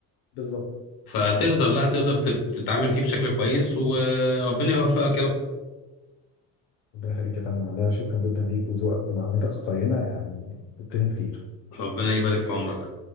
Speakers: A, on the left; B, on the left.
A: بالظبط
B: فتقدر لا تقدر تت- تتعامل فيه بشكل كويس وربنا يوفقك يا رب
A: ربنا يخليك يا فندم والله شكرا جدا ليك وذوقك ومعلوماتك القيمة يعني فدتني كتير
B: ربنا يبارك في عمرك